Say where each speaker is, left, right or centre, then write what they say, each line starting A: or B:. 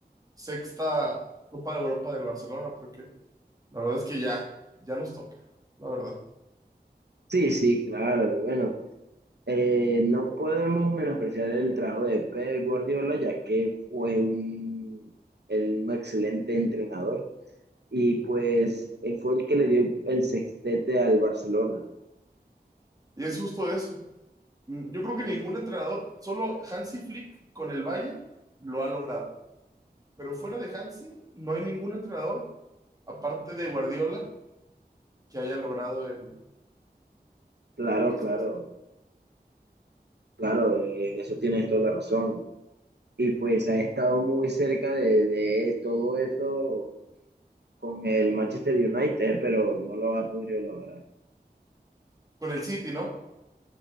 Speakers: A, on the right; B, on the right.
A: sexta Copa de Europa del Barcelona, porque la verdad es que ya, ya nos toca, la verdad.
B: Sí, sí, claro. Bueno, eh, no podemos menospreciar el trabajo de Pep Guardiola, ya que fue un, el- un excelente entrenador y pues eh, fue el que le dio el sextete al Barcelona.
A: Y es justo eso. Mm, Yo creo que ningún entrenador, solo Hansi Flick con el Bayern lo ha logrado. Pero fuera de Hansi, no hay ningún entrenador, aparte de Guardiola, que haya logrado el,
B: Claro,
A: el-
B: claro,
A: sextete.
B: claro, eh, en eso tienes toda la razón. Y pues ha estado muy cerca de, de todo eso con el Manchester United, pero no lo ha podido lograr.
A: con el City, ¿no?